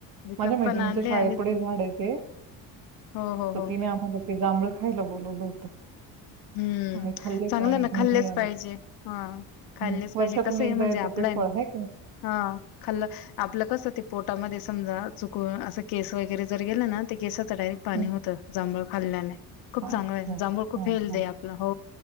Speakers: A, on the left; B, on the right.
A: विकत
B: माझ्या मैत्रिणीच्या
A: पण आणले
B: शाळेपुढे
A: आणि
B: झाड आहे ते
A: हो हो
B: तर
A: हो
B: तिने आम्हाला ते जांभळ खायला बोलवलं होतं.
A: हम्म
B: आम्ही खाल्ले
A: चांगलं
B: पण
A: ना
B: घेऊनही
A: खाल्लेच
B: आलो
A: पाहिजे हा खाल्लेच
B: हम्म वर्षातून
A: पाहिजे कसं आहे
B: एकदा
A: म्हणजे
B: येतात
A: आपला
B: ते फळ हाय की नाही.
A: हा खाल्ल आपलं कसं ते पोटामध्ये समजा चुकून असं केस वगैरे जर गेलं ना ते केसात च डायरेक्ट पाणी
B: हम्म.
A: होतं जांभूळ खाल्ल्याने खूप
B: अच्छा
A: चांगलं आहे जांभूळ खूप
B: हा
A: हेल्दी
B: हा.
A: आहे हो